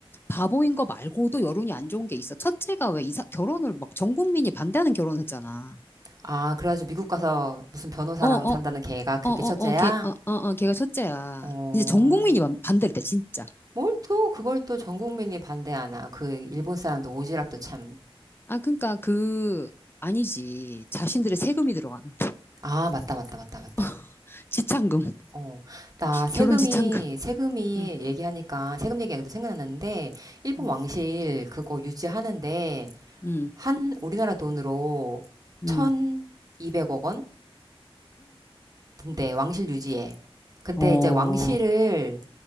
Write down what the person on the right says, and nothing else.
아, 그래가지고 미국 가서 무슨 변호사랑
산다는
걔가 그게
첫째야?
어,
뭘 또 그걸 또 전 국민이 반대하나. 그 일본 사람도 오지랖도 참.
아, 맞다, 맞다, 맞다, 맞다.
어, 나 세금이,
세금이
얘기하니까, 세금 얘기하기도 생각났는데, 일본
왕실 그거 유지하는데,
한, 우리나라 돈으로
1200억 원? 근데 왕실 유지에. 근데
이제 왕실을